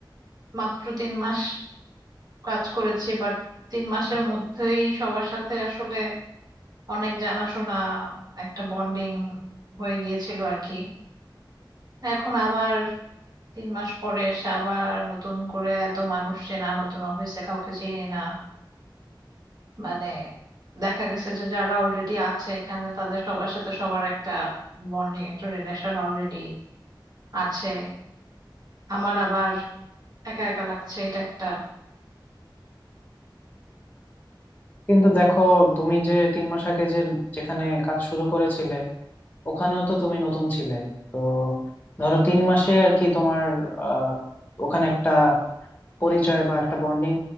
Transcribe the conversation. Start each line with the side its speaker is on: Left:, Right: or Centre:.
Right: মাত্র তিন মাস কাজ করেছি বাট তিন মাসের মধ্যেই সবার সাথে আসলে অনেক জানাশোনা একটা বন্ডিং হয়ে গিয়েছিল আর কি এখন আবার তিন মাস পরে এসে আবার নতুন করে এত মানুষ চেনা নতুন অফিসে কাউকে চিনি না মানে দেখা গেছে যে যারা অলরেডি আছে এখানে তাদের সবার সাথে সবার একটা বন্ডিং একটা রিলেশন অলরেডি আছে আমার আবার একা একা লাগছে এটা একটা
Left: কিন্তু দেখো তুমি যে তিন মাস আগে যে যেখানে কাজ শুরু করেছিলে ওখানেও তো তুমি নতুন ছিলে তো ধরো তিন মাসে আর কি তোমার আহ, ওখানে একটা পরিচয় বা একটা বন্ডিং